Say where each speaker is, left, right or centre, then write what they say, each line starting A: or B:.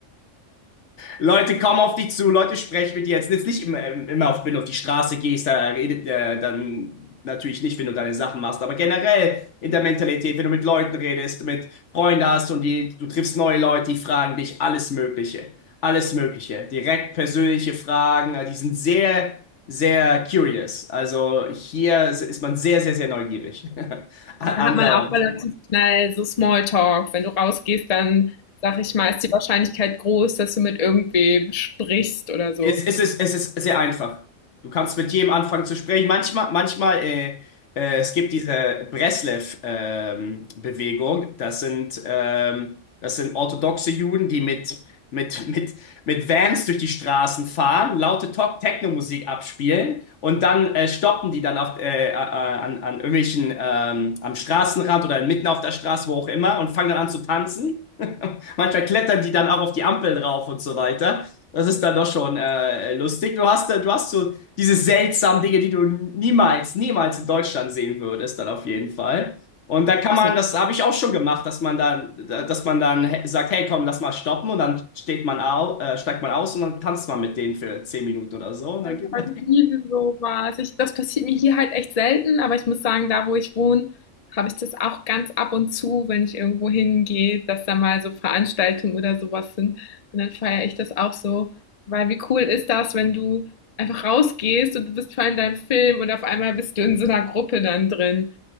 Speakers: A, on the left; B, on the left.
A: Leute kommen auf dich zu, Leute sprechen mit dir. Jetzt jetzt nicht immer, immer auf, wenn du auf die Straße gehst, da redet, äh, dann natürlich nicht, wenn du deine Sachen machst, aber generell in der Mentalität, wenn du mit Leuten redest, mit Freunden hast und die, du triffst neue Leute, die fragen dich alles Mögliche. Alles Mögliche. Direkt persönliche Fragen. äh, Die sind sehr, sehr curious. Also hier ist man sehr, sehr, sehr neugierig. <laughs> Andauernd.
B: Da hat man auch relativ schnell so Smalltalk. Wenn du rausgehst, dann sag ich mal, ist die Wahrscheinlichkeit groß, dass du mit irgendwem sprichst oder so.
A: Es, es ist, es ist sehr einfach. Du kannst mit jedem anfangen zu sprechen. Manchmal, manchmal, äh, äh, es gibt diese Breslev-Bewegung. das sind, ähm, das sind orthodoxe Juden, die mit, mit, mit, mit Vans durch die Straßen fahren, laute Top- Techno-Musik abspielen und dann äh, stoppen die dann auf, äh, äh, an, an irgendwelchen, ähm, am Straßenrand oder mitten auf der Straße, wo auch immer, und fangen dann an zu tanzen. <laughs> Manchmal klettern die dann auch auf die Ampel drauf und so weiter. Das ist dann doch schon äh, lustig. Du hast, äh, du hast so diese seltsamen Dinge, die du niemals, niemals in Deutschland sehen würdest, dann auf jeden Fall. Und da kann
B: Absolut.
A: man, das habe ich auch schon gemacht, dass man dann, dass man dann he- sagt, hey, komm, lass mal stoppen und dann steht man au, äh, steigt man aus und dann tanzt man mit denen für zehn Minuten oder so und dann
B: Ich
A: geht man.
B: liebe sowas. Ich, das passiert mir hier halt echt selten, aber ich muss sagen, da wo ich wohne, habe ich das auch ganz ab und zu, wenn ich irgendwo hingehe, dass da mal so Veranstaltungen oder sowas sind. Und dann feiere ich das auch so. Weil wie cool ist das, wenn du einfach rausgehst und du bist voll in deinem Film und auf einmal bist du in so einer Gruppe dann drin.